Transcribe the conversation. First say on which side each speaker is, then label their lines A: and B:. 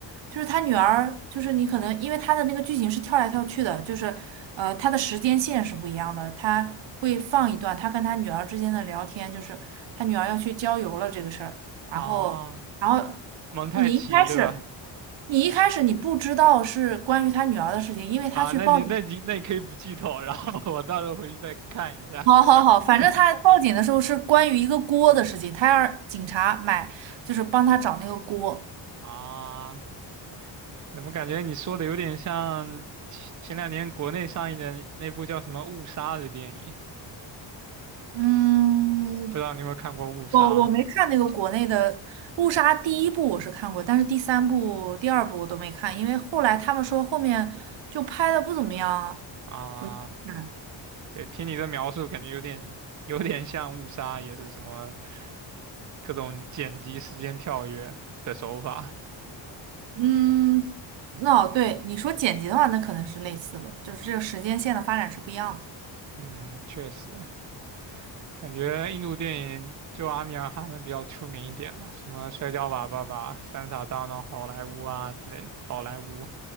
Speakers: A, on the right; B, on the right.
A: 就是他女儿，就是你可能因为他的那个剧情是跳来跳去的，就是呃他的时间线是不一样的，他会放一段他跟他女儿之间的聊天，就是他女儿要去郊游了这个事儿，然后然后
B: 哦，蒙太奇对吧？
A: 你一开始你一开始你不知道是关于他女儿的事情，因为他去报警。
B: 啊，那你那你那你可以不剧透，<laughs> 然后我到时候回去再看一下。
A: 好好好，反正他报警的时候是关于一个锅的事情，
B: <laughs>
A: 他让警察买，就是帮他找那个锅。
B: 啊，怎么感觉你说的有点像前前两年国内上映的那部叫什么《误杀》的电影？
A: 嗯，
B: 不知道你有没有看过《误杀》
A: 我我没看那个国内的《误杀》第一部，我是看过，但是第三部、第二部我都没看，因为后来他们说后面就拍的不怎么样啊，
B: 啊？
A: 我就没看。
B: 对，听你这描述，感觉有点有点像《误杀》，也是什么各种剪辑、时间跳跃的手法。
A: 嗯，那、对你说剪辑的话，那可能是类似的，就是这个时间线的发展是不一样的。
B: 嗯，确实。感觉印度电影就阿米尔汗比较出名一点吧，什么《摔跤吧，爸爸》《三傻大闹好莱坞》啊之类的，宝莱坞。